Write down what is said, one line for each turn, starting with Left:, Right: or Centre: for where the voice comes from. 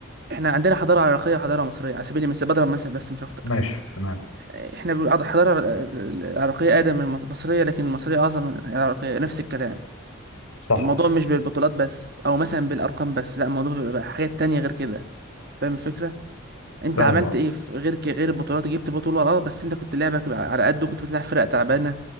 Right: احنا عندنا حضارة عراقية وحضارة مصرية على سبيل المثال بضرب مثل بس مش اكتر
Left: ماشي تمام
Right: احنا بنقعد- الحضارة العراقية اقدم من المصرية لكن المصرية اعظم من العراقية نفس الكلام
Left: صح
Right: الموضوع مش بالبطولات بس او مثلا بالارقام بس لا الموضوع بيبقى حاجات تانية غير كده فاهم الفكرة انت
Left: فاهم
Right: عملت
Left: اه
Right: ايه في غير ك- غير البطولات جبت بطولة اه بس انت كنت لعبك على قده كنت بتلعب فرق تعبانة